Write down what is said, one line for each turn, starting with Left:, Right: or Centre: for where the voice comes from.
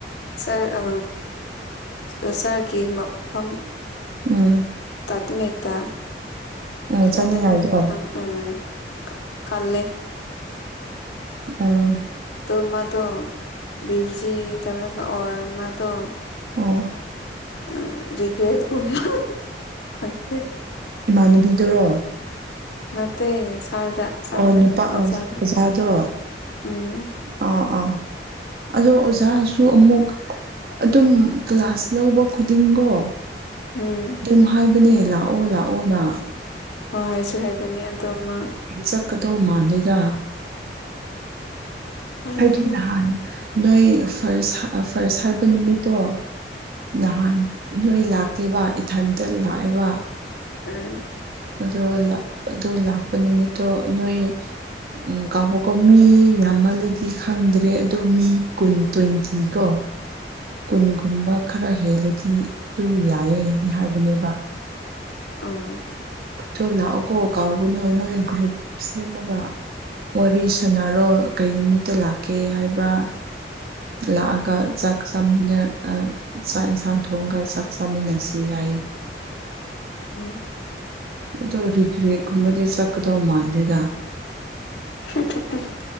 Left: ꯁꯥꯔ ꯑ ꯁꯥꯔꯒꯤ ꯃꯐꯝ
Right: ꯎꯝ
Left: ꯇꯠꯃꯦꯦꯇꯥ
Right: ꯎꯝ
Left: ꯌꯥꯂꯔ
Right: ꯆꯥꯅꯤꯡꯉꯥꯏꯗꯣ
Left: ꯈ <unintelligible> ꯎꯝ ꯈ ꯈꯜꯂꯦ
Right: ꯑ <unintelligible>
Left: ꯇꯣ ꯃꯥꯗꯣ ꯕ꯭ꯌꯨꯖꯤ ꯇꯧꯔꯒ ꯑꯣꯔ ꯃꯥꯗꯣ
Right: ꯑꯣ
Left: ꯎ ꯔꯤꯒ꯭ꯔꯦꯠ ꯟꯅ ꯈꯪꯗꯦ <unintelligible>
Right: ꯏꯃꯥꯟꯅꯕꯤꯗꯔꯣ
Left: ꯅꯠꯇꯦ ꯁꯥꯔꯗ ꯁꯥꯔꯗꯅꯦ
Right: ꯑꯣ ꯅꯨꯄꯥ
Left: ꯑꯣꯖꯥꯗ
Right: ꯑꯣꯖꯥꯗꯣ
Left: ꯎꯝ
Right: ꯑꯥ ꯑꯥ ꯑꯗꯣ ꯑꯣꯖꯥꯁꯨ ꯑꯃꯨꯛ ꯑꯗꯨꯝ ꯀ꯭ꯂꯥꯁ ꯂꯧꯕ ꯈꯨꯗꯤꯡꯀꯣ
Left: ꯎꯝ
Right: ꯑꯗꯨꯨꯝ ꯍꯥꯏꯕꯅꯦ ꯂꯥꯛꯑꯣ ꯂꯥꯛꯑꯣ ꯅ
Left: ꯑꯣ ꯍꯥꯏꯁꯨ ꯍꯥꯏꯕꯅꯦ ꯑꯗꯣ ꯃꯥ
Right: ꯆꯠꯀꯗꯧ ꯃꯥꯗꯦꯗ
Left: ꯑꯣ
Right: ꯍꯥꯏꯗꯤ ꯅꯍꯥꯟ ꯅꯣꯏ ꯐꯥꯔꯁ ꯐꯥꯔꯁ ꯍꯥꯏꯕ ꯅꯨꯃꯤꯠꯇꯣ ꯅꯍꯥꯟ ꯅꯣꯏ ꯂꯥꯛꯇꯦꯕ ꯊꯟꯇꯥ ꯂꯥꯛ ꯑꯦꯕ
Left: ꯎꯝ
Right: ꯑꯗꯣ ꯑꯗꯣ ꯂꯥꯛꯄ ꯅꯨꯃꯤꯠꯇꯣ ꯅꯣꯏ ꯎꯝ ꯀꯕꯣꯛꯀ ꯃꯤ ꯌꯥꯝꯃꯜꯂꯗꯤ ꯈꯪꯗ꯭ꯔꯦ ꯑꯗꯣ ꯃꯤ ꯀꯨꯟ ꯇ꯭ꯋꯦꯟꯇꯤ ꯀꯣ ꯀꯨꯟ ꯀꯨꯝꯕꯥ ꯈꯔ ꯍꯦꯜꯂꯗꯤ ꯑꯗꯨ ꯌꯥꯏꯑꯗꯤ ꯍꯥꯏꯕꯅꯦꯕ
Left: ꯑꯥ
Right: ꯑꯗꯨ ꯂꯥꯛꯑꯣꯀꯣ ꯀꯥꯎꯒꯅꯨ ꯅꯣꯏ ꯒ꯭ꯔꯨꯞ ꯁꯦꯝꯃꯒ ꯋꯥꯔꯤ ꯁꯥꯟꯅꯔꯣ ꯀꯩ ꯅꯨꯃꯤꯠꯇ ꯂꯥꯛꯀꯦ ꯍꯥꯏꯕ꯭ꯔꯥ ꯂꯑꯒ ꯆꯥꯛ ꯆꯃꯤꯅ ꯑ ꯆꯥꯛ ꯏꯟꯁꯥꯡ ꯊꯣꯡꯒ ꯆꯥꯛ ꯆꯥꯃꯤꯟꯅꯁꯤ ꯌꯥꯏꯌꯦ
Left: ꯎꯝ
Right: ꯑꯗꯨ ꯔꯦꯒꯔ꯭ꯦꯠꯕꯗꯤ ꯆꯥꯠꯀꯗ ꯃꯥꯥꯟꯗꯦꯗ
Left: <unintelligible>